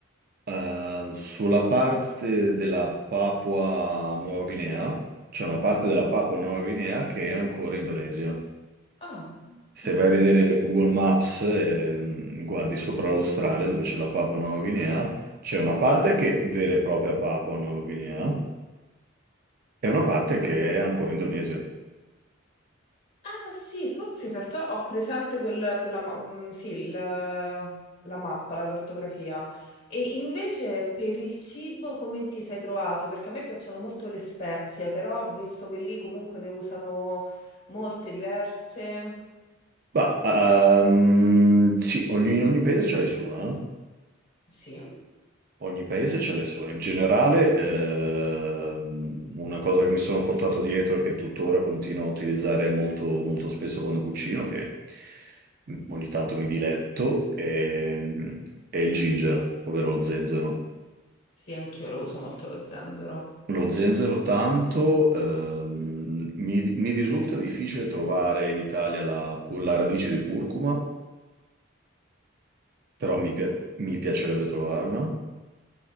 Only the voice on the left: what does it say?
Ah,
non
sapevo.
Ah sì, forse in realtà ho presente quel- quella, ma- mm, sì, il- la mappa, la cartografia. E invece per il cibo come ti sei trovato? Perché a me piacciono molto le spezie, però ho visto che lì comunque ne usano molte diverse.
Sì,
sì, anch'io lo uso molto lo zenzero.